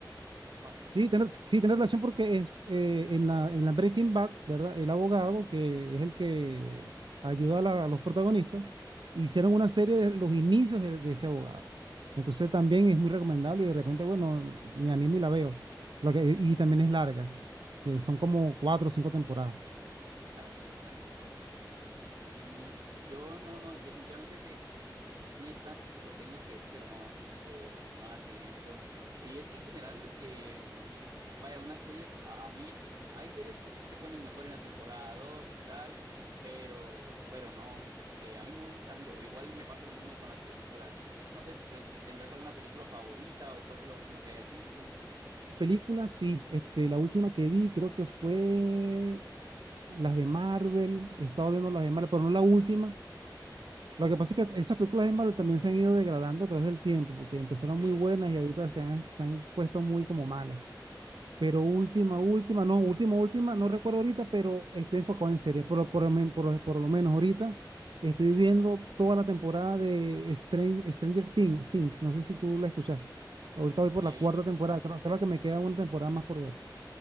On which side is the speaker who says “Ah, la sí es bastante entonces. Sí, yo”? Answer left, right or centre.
Right